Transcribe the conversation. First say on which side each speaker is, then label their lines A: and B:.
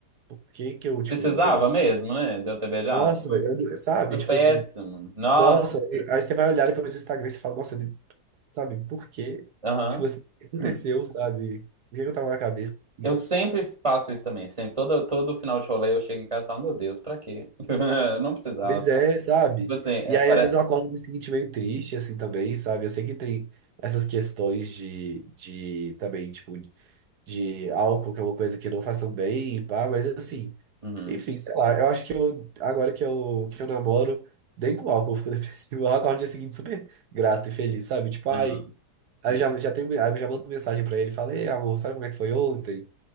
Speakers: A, on the right (about 70°); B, on the right (about 20°).
A: Por que que eu, tipo,
B: Precisava
A: deu.
B: mesmo, né, de eu ter beijado?
A: Nossa, eu, sabe?
B: Foi
A: Tipo
B: péssimo.
A: assim,
B: Nossa.
A: nossa, aí você vai olhar depois do Instagram e você fala, nossa, de- sabe, por quê?
B: Aham.
A: Tipo assim, o que aconteceu,
B: Hum.
A: sabe? O que que eu tava na cabeça? E,
B: Eu sempre faço isso também. Sempre, todo, todo final de rolê eu chego em casa e falo, meu Deus, pra quê? <laughs> Não precisava.
A: Pois é, sabe?
B: Tipo assim, é,
A: E aí,
B: para...
A: às vezes, eu acordo no dia seguinte meio triste, assim, também, sabe? Eu sei que tem essas questões de, de também, tipo, de álcool, que é uma coisa que não façam bem, pá, mas assim.
B: Uhum,
A: Enfim, sei lá, eu acho que eu, agora que eu, que eu namoro, nem com álcool eu fico <laughs> depressivo. O álcool no dia seguinte super grato e feliz, sabe? Tipo,
B: uhum,
A: ai, aí
B: uhum.
A: já, já tenho, aí eu já mando mensagem pra ele, falei, amor, sabe como é que foi ontem?